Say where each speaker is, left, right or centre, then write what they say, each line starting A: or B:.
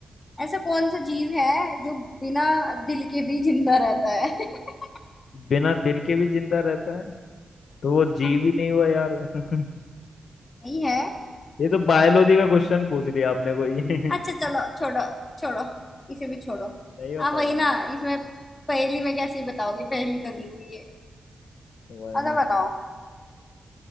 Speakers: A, on the left; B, on the left.
A: ऐसा कौन सा जीव है जो बिना दिल के भी जिंदा रहता है <laughs>
B: बिना दिल के भी जिंदा रहता है तो वो
A: हाँ
B: जीव ही नहीं हुआ यार <laughs>
A: नहीं है
B: ये तो बायोलॉजी का क्वेश्चन पूछ लिया आपने कोई <laughs>
A: अच्छा चलो छोड़ो छोड़ो इसे भी छोड़ो
B: नहीं होता
A: हाँ वही
B: पाऊंगा
A: ना इसमें पहेली में कैसे ही बताओगे पहेली तो नहीं हुई है
B: वही
A: अच्छा बताओ